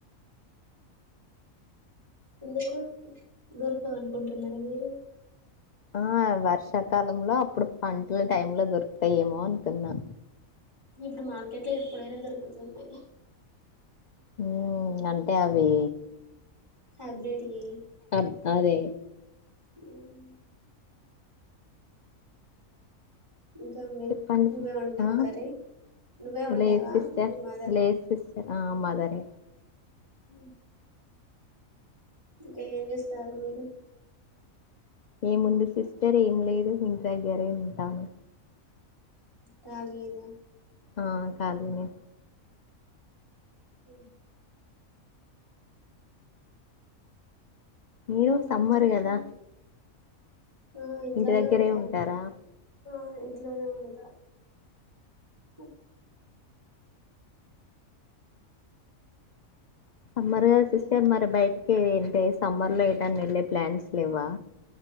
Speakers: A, on the right; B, on the left.
A: ఎందుకు దొరకవ్ అనుకుంటున్నారా మీరు
B: ఆ వర్షాకాలంలో అప్పుడు పంటల టైమ్లో దొరుకుతయేమో అనుకున్నా
A: ఇప్పుడు మార్కెట్ల ఎప్పుడైనా దొరుకుతున్నయి.
B: మ్ అంటే అవి
A: హైబ్రేట్యీ
B: అబ్ అదే
A: <inaudible> ఇంకా మీ
B: చెప్పండి
A: నువ్వే
B: సిస్
A: వండావా
B: ఆ
A: కర్రీ నువ్వే వండావా
B: లేదు సిస్టర్
A: మీ మదర్
B: లేదు సిస్టర్ ఆ మదరే
A: ఆ ఇంకా ఏం చేస్తారు మీరు
B: ఏముంది సిస్టర్ ఏం లేదు. ఇంటి దగ్గరే ఉంటాను.
A: కాలియేనా
B: ఆ కాలీనే
A: అఓ
B: మీరు
A: ఇంకా మరి
B: సమ్మర్
A: చెప్పండి
B: కదా
A: ఆ ఇంట్లోనే
B: ఇంటి దగ్గరే
A: ఉంటాను.
B: ఉంటారా
A: ఆ ఇంట్లోనే ఉంటా కు
B: <unintelligible>
A: ఇంకా
B: సిస్టర్ మరి బైటి కే ఏంటే సమ్మర్ లో ఏటైనా వెళ్ళే ప్లాన్స్ లేవా